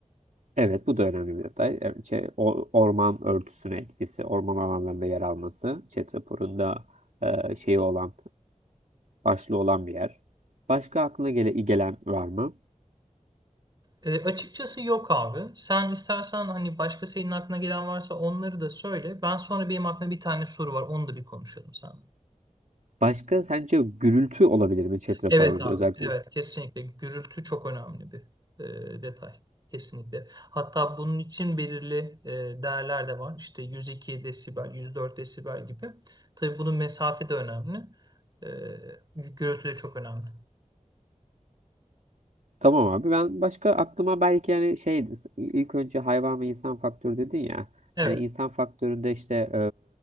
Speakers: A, on the right; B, on the right.
A: Evet bu da önemli bir detay. Evet, Şey, o- orman örtüsüne etkisi, orman alanlarında yer alması, chat raporunda e, şeyi olan başlı olan bir yer. Başka aklına gele gelen var mı?
B: E, açıkçası yok abi. Sen istersen hani başka senin aklına gelen varsa onları da söyle. Ben sonra benim aklımda bir tane soru var. Onu da bir konuşalım sen.
A: Başka sence gürültü olabilir mi chat raporunda
B: Evet abi,
A: özellikle?
B: evet kesinlikle gürültü çok önemli bir e, detay. Kesinlikle. Hatta bunun için belirli e, değerler de var. İşte 102 desibel, 104 desibel gibi. Tabii bunun mesafe de önemli. E, gürültü de çok önemli.
A: Tamam abi ben başka aklıma belki yani şey ilk önce hayvan ve insan faktörü dedin ya.
B: Evet.
A: Hani insan faktöründe işte